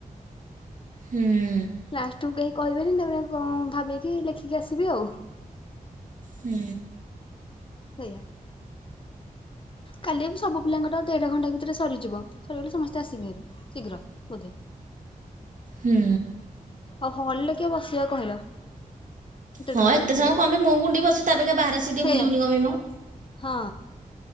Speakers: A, on the right; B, on the left.
A: ହୁଁ।
B: ଲାଷ୍ଟକୁ କେହି କହିବେନି ତାପରେ କଣ ଭାବିକି ଲେଖିକି ଆସିବି ଆଉ।
A: ହୁଁ।
B: ସେଇୟା। କାଲି ସବୁ ପିଲାଙ୍କର ଦେଢ଼ ଘଣ୍ଟା ଭିତରେ ସରିଯିବ ସରିଗଲେ ସମସ୍ତେ ଆସିବେ। ଶୀଘ୍ର ବୋଧେ।
A: ହୁଁ।
B: ଆଉ ହଲରେ କିଏ ବସିବ କହିଲ।
A: ହଁ
B: ଟାଇମ
A: ଏତେ
B: ବସିକି
A: ସମୟ କଣ ପାଇଁ ମୁହଁ କୁ ଉଣ୍ଡିବସି ତା ଅପେକ୍ଷା ବାହାରେ ଆସି ଟିକେ
B: ସେଇଆ
A: ବୁଲିବୁନି କଣ ପାଇଁ ମ।
B: ହଁ।